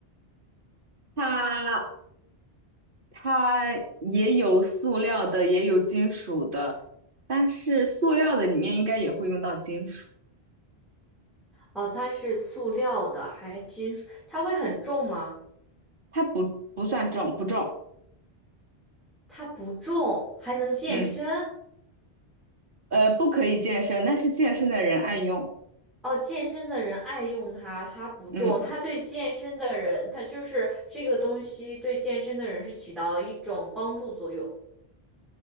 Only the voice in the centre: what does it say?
哦，它是塑料的，还金属，它会很重吗？
它不重，还能健身。
哦，健身的人爱用它，它不重，
它对健身的人，它就是这个东西对健身的人是起到一种帮助作用，